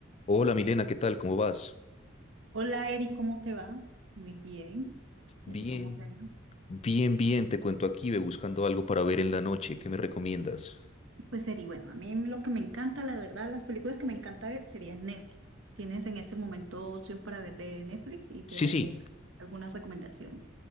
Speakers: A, on the left; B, on the right.
A: Hola Milena, ¿qué tal? ¿Cómo vas?
B: Hola Eri, ¿cómo te va? Muy bien.
A: Bien,
B: ¿Y a ti cómo te va?
A: bien, bien, te cuento aquí, ve buscando algo para ver en la noche, ¿qué me recomiendas?
B: Pues Eri, bueno, a mí lo que me encanta, la verdad, las películas que me encanta ver serían Netflix. Tienes en este momento opción para ver de Netflix y te
A: Sí,
B: daría
A: sí,
B: algunas recomendaciones.